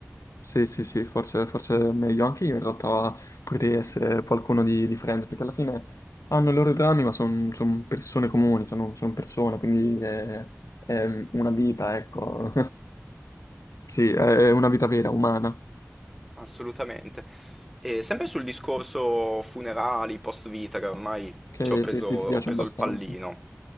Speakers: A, on the left; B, in the centre.
A: sì, sì, sì, forse, forse è meglio anche io in realtà potrei essere qualcuno di, di Friends, perché alla fine hanno i loro drammi, ma sono persone comuni, sono persone, quindi è, è una vita, ecco, <laughs> sì, è una vita vera, umana.
B: Assolutamente. E sempre sul discorso funerali, post vita, che ormai
A: Che
B: ci ho preso,
A: ti, ti-
B: ho
A: ti piace
B: preso
A: abbastanza.
B: il pallino.